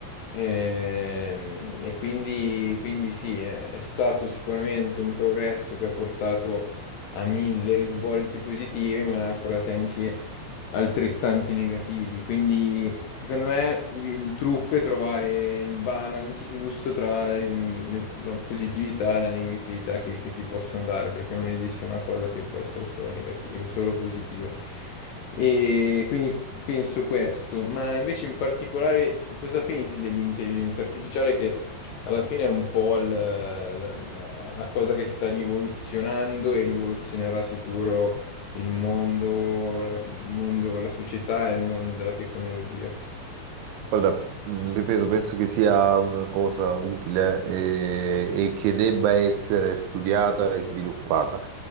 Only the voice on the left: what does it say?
Ehm, E, quindi, quindi sì, è, è stato sicuramente un progresso che ha portato a mille risvolti positivi, ma ne ha portati anche altrettanti negativi. Quindi, secondo me, il trucco è trovare il balance giusto tra le- le- la positività e la negatività che, che ti possono dare, perché non esiste una cosa che può essere solo negativa, solo positiva. E quindi. Penso questo, ma invece in particolare cosa pensi dell'intelligenza artificiale che alla fine è un po' il- la, la- la cosa che sta rivoluzionando e rivoluzionerà sicuro il mondo, la, il mondo, la società e il mondo della tecnologia?